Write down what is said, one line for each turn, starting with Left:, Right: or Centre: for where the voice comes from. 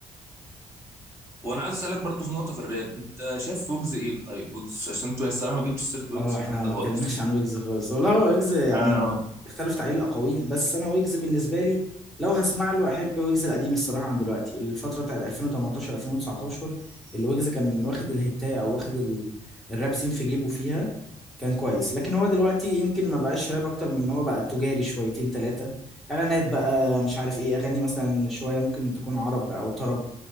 Right: وانا عايز اسالك برضو في نقطه في الراب انت شايف ويجز ايه طيب ويجز عشان انتوا الصراحه ما جبتوا سيره ويجز
Centre: اه احنا
Right: في الحوار ده
Centre: ما
Right: خالص
Centre: اتكلمناش عن ويجز خالص والله هو ويجز يعني
Right: اه
Centre: اختلفت عليه الاقاويل بس انا ويجز بالنسبه لي لو هسمع له احب ويجز القديم الصراحه عن دلوقتي الفتره بتاعت 2018 2019 اللي ويجز كان واخد الهتايه او واخد ال- الراب سين في جيبه فيها كان كويس لكن هو دلوقتي يمكن ما بقاش راب اكتر من ان هو بقى تجاري شويتين ثلاثه اعلانات بقى مش عارف ايه اغاني مثلا شويه ممكن تكون عرب او طرب